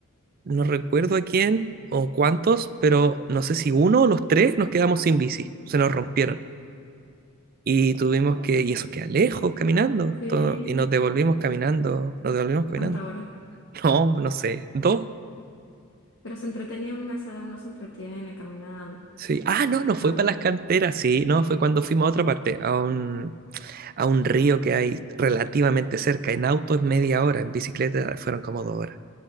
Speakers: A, on the right; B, on the left.
A: no recuerdo a quién o cuántos, pero no sé si uno o los tres nos quedamos sin bici. Se nos rompieron. Y tuvimos que, y eso queda lejos caminando,
B: Sí,
A: todo- y nos devolvimos caminando, nos devolvimos caminando.
B: cuánta hora.
A: <laughs> No, no sé, dos.
B: Pero se entretenían, a esa edad uno se entretiene caminando
A: Sí. Ah, no, no fue
B: con amigos.
A: para las canteras, sí, no, fue cuando fuimos a otra parte, a un, a un río que hay relativamente cerca. En auto es media hora, en bicicleta fueron como dos horas.